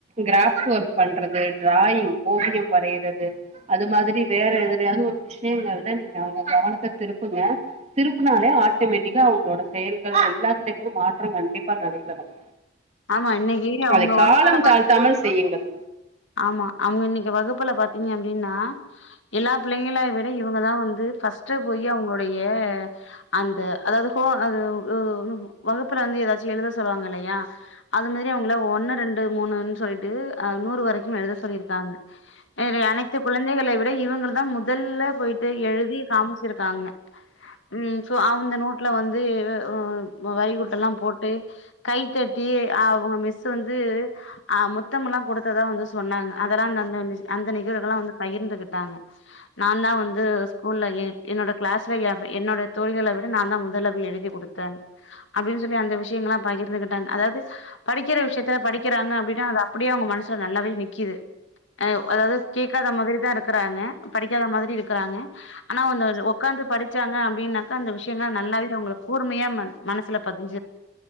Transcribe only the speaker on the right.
கிராஃப்ட் ஒர்க் பண்றது டிராயிங் ஓவியம் வரைறது அது மாதிரி வேற எதுலயாவது ஒரு விஷயங்கள் தான் நீங்க அவங்க கவனத்தை திருப்புங்க திருப்புனாலே ஆட்டோமேட்டிக்கா அவங்களோட செயல்கள் எல்லாத்துலயுமே மாற்றம் கண்டிப்பா நடைபெறும்
அதை
காலம்
தாழ்த்தாமல் செய்யுங்கள்